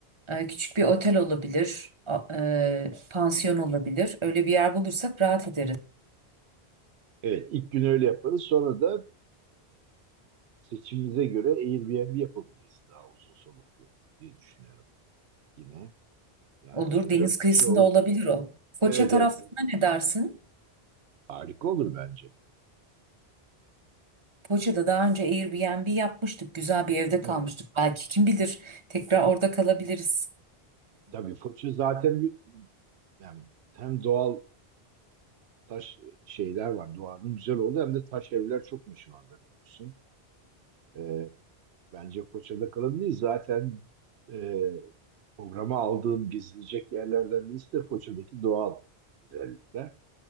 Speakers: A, on the right; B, on the right.
A: e, küçük bir otel olabilir, a- e, pansiyon olabilir. Öyle bir yer bulursak rahat ederiz.
B: Evet ilk gün öyle yaparız. Sonra da seçimimize göre Airbnb yapabiliriz daha uzun soluklu diye düşünüyorum yine. Yani
A: Olur
B: çünkü
A: deniz
B: dört
A: kıyısında
B: kişi o
A: olabilir o. Foça
B: evet
A: tarafına
B: evet dört kişi.
A: ne dersin?
B: Harika olur bence.
A: Foça'da daha önce Airbnb yapmıştık. Güzel bir evde kalmıştık.
B: Evet.
A: Belki kim bilir tekrar orada kalabiliriz.
B: Tabii Foç'u zaten bir yani hem doğal taş şeyler var. Doğanın güzel oldu hem de taş evler çok meşhur orada biliyorsun. Ee, bence Foça'da kalabiliriz. Zaten e, programa aldığım gezilecek yerlerden birisi de Foça'daki doğal güzellikler.